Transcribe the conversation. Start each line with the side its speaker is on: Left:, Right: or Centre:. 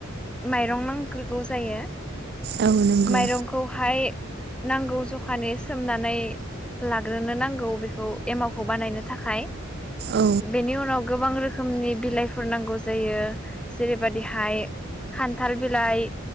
Centre: माइरं नांग्रोगौ जायो
Right: औ नंगौ
Centre: माइरंखौहाय नांगौ जखानि सोमनानै लाग्रोनो नांगौ बेखौ एमावखौ बानायनो थाखाय
Right: औ
Centre: बेनि उनाव गोबां रोखोमनि बिलाइफोर नांगौ जायो जेरैबादिहाय खान्थाल बिलाइ